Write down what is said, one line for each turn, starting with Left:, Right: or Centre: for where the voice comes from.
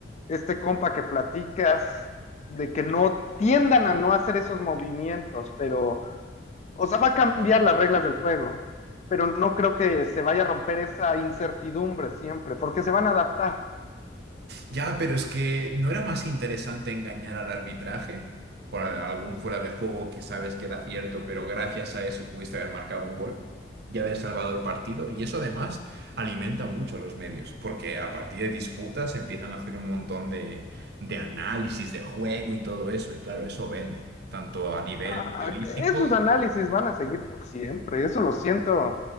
Left: este compa que platicas, de que no tiendan a no hacer esos movimientos, pero o sea, va a cambiar las reglas del juego, pero no creo que se vaya a romper esa incertidumbre siempre, porque se van a adaptar.
Right: Ya, pero es que ¿no era más interesante engañar al arbitraje por a- algún fuera de juego que sabes que era cierto, pero gracias a eso pudiste haber marcado un gol y haber salvado el partido? Y eso además alimenta mucho a los medios, porque a partir de disputas empiezan a hacer un montón de, de análisis de juego y todo eso, y claro, eso vende, tanto a nivel
Left: Ah,
Right: periodístico.
Left: que esos análisis van a seguir por siempre, eso lo siento